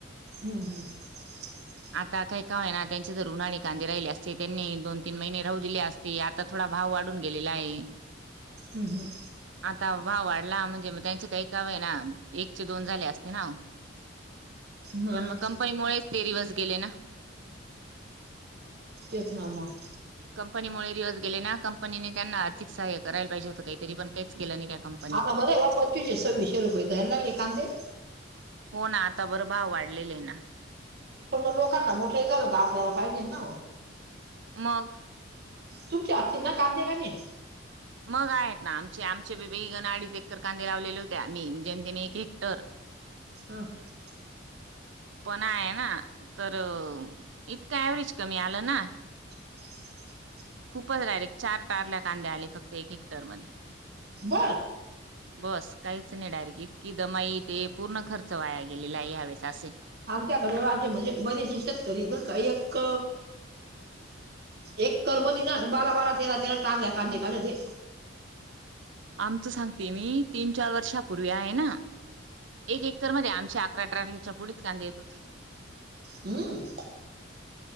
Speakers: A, on the right; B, on the right.
A: हम्म हम्
B: आता काही का होईना त्यांचे जर उन्हाणी कांदे राहिले असते त्यांनी दोन तीन महिने राहू दिले असते. ते आता थोडा भाव वाढून गेलेला आहे.
A: हम्म हम्म
B: आता भाव वाढला म्हणजे मग त्यांचं काही काव होईना. एकचे दोन झाले असते ना
A: मग
B: पण कंपनी वाल्यांमुळे ते दिवस गेले ना.
A: तेच ना मग
B: कंपनीमुळे दिवस गेले ना कंपनीने त्यांना आर्थिक सहाय करायला पाहिजे होंत काहीतरी पण काहीच गेलं नाही. कंपनीने.
A: आता बरं आहे बा पंचवीशे सव्वीसशे रुपये जायला लागले कांदे.
B: हो ना आता बरं भाव वाढलेले आहे ना.
A: पण मग लोकांना मोठे झाल होत आपल्याला पाहिजे ना.
B: मग.
A: तुमची असच ना काधे कानी.
B: मग आहेत ना आमचे आमचे वेगन अडीच एकर कांदे लावलेले होते आम्ही म्हणजे म एक हेक्टर.
A: चालतं.
B: पण आहे ना तर इतकं व्हरेज कमी आलं ना.
A: <inaudible>
B: खूपच गडायरेक्ट चार टारल्या कांद्या आले फक्त एक एकटर मध्ये.
A: ब.
B: बस काहीच नाही डायरेक्ट इतकी दमाई ते पूर्ण खर्च वाया गेलेला आहे ह्यावेळेस असे.
A: आमच्याकडे असे म्हणजे बरेचसे शेतकरी बर का एक एककरर मती ना आणि बारा बारा तेरा तेरा टाग घ्या कांदे काढायचे.
B: आमचं सांगते मी तीन चार वर्षापूर्वी आहे ना एक एकरमध्येध्ये आमची अकरा अठरालच्या पुढेच कांदीे येत होती.
A: हम्म.